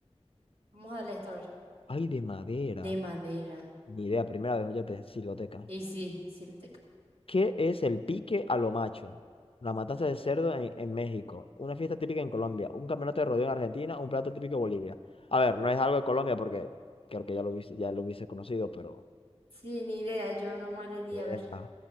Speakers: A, on the right; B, on the left.
A: Vamos a darle esto a ver.
B: Ay, de madera.
A: De madera.
B: Ni idea, primera vez, fíjate, siloteca.
A: Y sí, sí lo tengo.
B: ¿Qué es el pique a lo macho? La matanza de cerdo en, en México. Una fiesta típica en Colombia. Un campeonato de rodeo en Argentina. Un plato típico en Bolivia. A ver, no es algo de Colombia porque creo que ya lo hubiese, ya lo hubiese conocido, pero
A: Sí, ni idea. Yo nomás le di
B: ni idea.
A: a ver.